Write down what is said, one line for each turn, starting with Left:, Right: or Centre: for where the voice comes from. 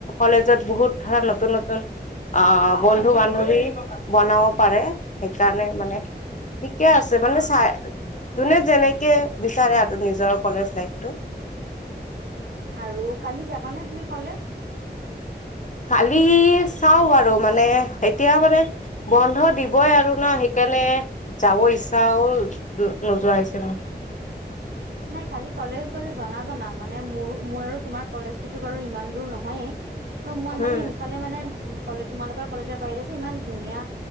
Left: কলেজত বহুত ধৰা নতুন- নতুন অ, বন্ধু বান্ধৱী বনাব পাৰে সেইকাৰণে মানে ঠিকে আছে মানে চাই যোনে যেনেকে বিচাৰে আৰু নিজৰ কলেজ লাইফটো।
Right: আৰু কালি যাবানে তুমি কলেজ?
Left: কালি চাও বাৰু মানে এতিয়া মানে বন্ধ দিবই আৰু না সেই তেনে যাব ইচ্ছা হ'ল নোযোৱা হৈছে মোৰ।
Right: উ নাই কালি কলেজ গলে জনাবা না মানে মোৰ মোৰ আৰু তোমাৰ কলেজ ততো বাৰু ইমান দূৰ নহয়ে ত মই মানে
Left: উম
Right: সেইফালে মানে উ, কলে তোমালোকৰ কলেজৰ বাহিৰে যে ইমান ধুনীয়া